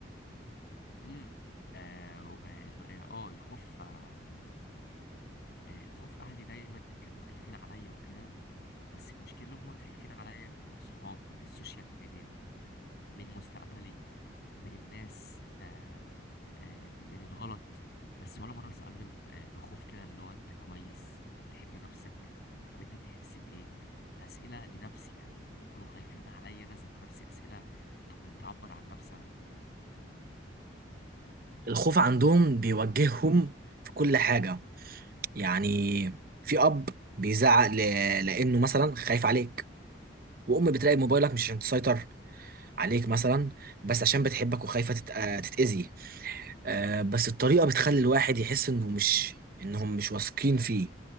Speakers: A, on the left; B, on the right.
A: امم اه و- آه، الغ- آه، آه، الخوف آه آه، الخوف اهلي دايما كانوا خايفين عليا وكده بس المشكلة هم خايفين عليا من الصحاب من السوشيال ميديا من مستقبلي من الناس آه آه من الغلط بس ولا مرة سألوني ب- آه، بخوف كده اللي هو انت كويس انت بتحب نفسك طب انت بتحس بإيه أسئلة لنفسي يعني يكونوا خايفين عليا أنا ذات نفسي أسئلة تكون بتعبر عن نفسي أنا
B: الخوف عندهم بيوجههم في كل حاجة يعني في اب بيزعق ل... لانه مثلا خايف عليك وام بتراقب موبايلك مش عشان تسيطر عليك مثلا بس عشان بتحبك وخايفة تت... تتأذي آه، بس الطريقة بتخلي الواحد يحس انه مش انهم مش واثقين فيه